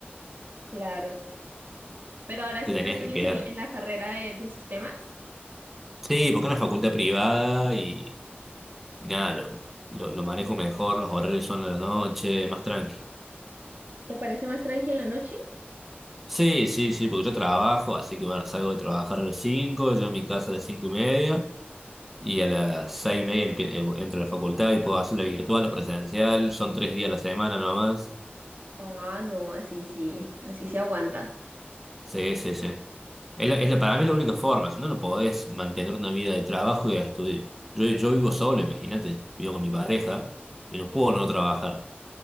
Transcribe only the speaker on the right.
Claro. Pero ahora
sí estás
feliz
en, en la carrera de, de sistemas.
¿Te parece más tranquila la noche?
Ah, no, así sí, así sí aguanta.